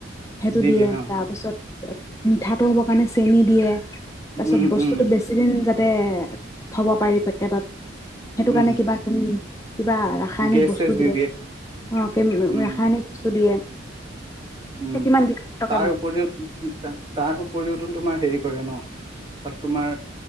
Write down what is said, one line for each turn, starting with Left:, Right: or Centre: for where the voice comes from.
Left: সেইটো
Right: দি
Left: দিয়ে
Right: অ
Left: তাৰপিছত মিঠাটো হ'ব কাৰণে চেনি দিয়ে তাৰপিছত
Right: উম
Left: বস্তুতটো
Right: উম
Left: বেছি দিন যা তে থব পাৰি পেকেটত সেইটো
Right: উম
Left: কাৰণে কিবা কিবা ৰাসায়নিক
Right: গেছ
Left: বস্তু
Right: চেছ দি
Left: দিয়ে অ ৰাসায়নিক
Right: উম
Left: বস্তু দিয়ে
Right: উম
Left: কিমান বিষাক্তকে
Right: তাৰ
Left: বনাই
Right: উপৰিও তাৰ উপৰিওতো তোমাৰ হেৰি কৰে ন তাত তোমাৰ